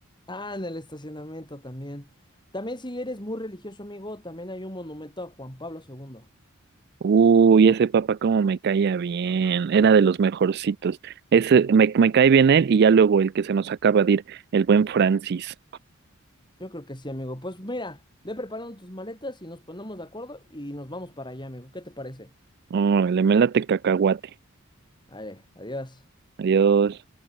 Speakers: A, on the left; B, on the right.
A: Ah, en el estacionamiento también. También si eres muy religioso, amigo, también hay un monumento a Juan Pablo segundo.
B: Uy, ese papá como me caía bien, era de los mejorcitos. Ese, me, me cae bien él y ya luego el que se nos acaba de ir, el buen Francis.
A: Yo creo que sí, amigo. Pues mira, ve preparando tus maletas y nos ponemos de acuerdo y nos vamos para allá, amigo. ¿Qué te parece?
B: Oh, le me late cacahuate.
A: Vale, adiós.
B: Adiós.